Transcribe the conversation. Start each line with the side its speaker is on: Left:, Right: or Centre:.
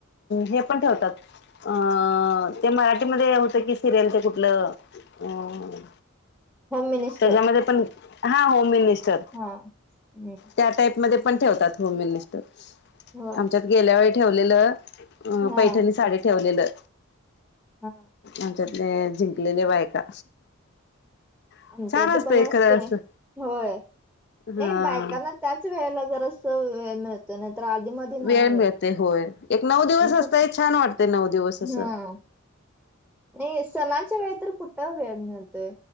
Left: हे पण ठेवतात अं, ते मराठीमध्ये होतं की, सिरियल ते कुठलं? अं.
Centre: मिनिस्टर
Left: त्याच्यामध्ये पण, हा होम मिनिस्टर.
Centre: हा हम्म.
Left: त्या टाईपमध्ये पण ठेवतात होम मिनिस्टर,
Centre: हो
Left: आमच्यात गेल्या वेळी ठेवलेलं. अं,
Centre: हा
Left: पैठणी साडी ठेवलेलं,
Centre: हा
Left: आमच्यात. लयं जिंकलेले बायका. छान
Centre: आमच्या इथं पण असतंय,
Left: खरं असं
Centre: होय, नाही
Left: हा
Centre: बायकांना त्याचं वेळेला जरासं वेळ मिळ तर, नाही तर आधी मधी नाही
Left: वेळ
Centre: होेयत,
Left: मिळते होय एक नऊ दिवस
Centre: आणि कुठं?
Left: असतय छान वाटते नऊ दिवस असं
Centre: हा. नाही, सणांच्या वेळी तर कुठं वेळ मिळतोय?